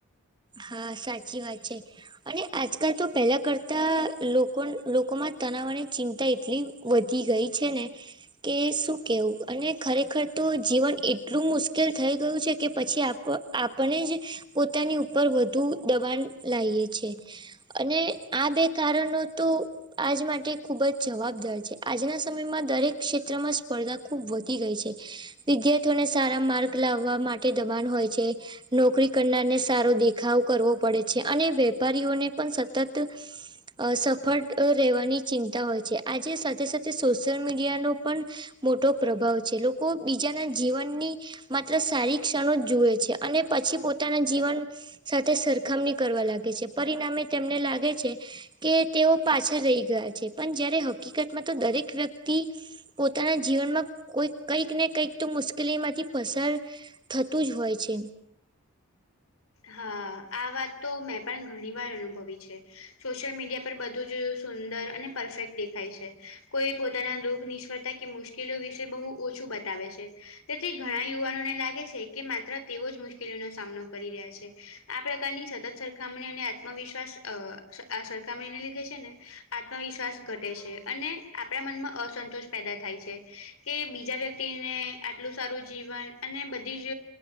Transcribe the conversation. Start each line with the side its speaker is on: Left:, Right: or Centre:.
Right: હા, સાચી વાત છે. અને આજકાલ તો પહેલા કરતા લોકો, લોકોમાં તનાવાની ચિંતા એટલી વધી ગઈ છે ને કે શું કેવું અને ખરેખર! તો જીવન એટલું મુશ્કેલ થઈ ગયું છે, કે પછી આ પ આપણે જ પોતાની ઉપર વધુ દબાણ લાઈએ છે. અને આ બે કારણો તો આજ માટે ખૂબ જ જવાબદાર છે. આજના સમયમાં દરેક ક્ષેત્રમાં સ્પર્ધા ખૂબ વધી ગઈ છે વિદ્યાર્થીઓને સારા માર્ગ લાવવા માટે દબાણ હોય છે. નોકરી કરનારને સારો દેખાવ કરવો પડે છે અને વેપારીઓને પણ સતત અ સફળ રહેવાની ચિંતા હોય છે. આજે સાથે સાથે સોશિયલ મીડિયાનો પણ મોટો પ્રભાવ છે જે લોકો બીજાના જીવનની માત્ર સારી ક્ષણો જ જુએ છે અને પછી પોતાના જીવન સાથે સરખામણી કરવા લાગે છે. પરિણામે તેમને લાગે છે. કે તેઓ પાછળ રહી ગયા છે, પણ જયારે હકીકતમાં તો દરેક વ્યક્તિ પોતાના જીવનમાં કોઈ કંઈક, કંઈક મુશ્કેલીમાંથી પસાર થતું જ હોય છે.
Left: હા, આ વાત તો મેં પણ ઘણી વાર અનુભવી છે. સોશિયલ મીડિયા પર બધું જ સુંદર અને પરફેક્ટ દેખાય છે. કોઈ પોતાના દુઃખ નિષ્ફળતા કે મુસ કિલો વિશે બહુ ઓછું બતાવે છે. તેથી ઘણા યુવાનોને લાગે છે, કે માત્ર તેઓ જ મુશ્કેલીઓનો સામનો કરી રહ્યા છે. આ પ્રકારની સતત સરખામણી અને આત્મવિશ્વાસ અ આ સરખામણીને લીધે છે ને આત્મવિશ્વાસ ઘટે છે અને આપણા મનમાં અસંતોષ પેદા થાય છે. કે બીજા વ્યક્તિને આટલું સારું જીવન અને બધી જ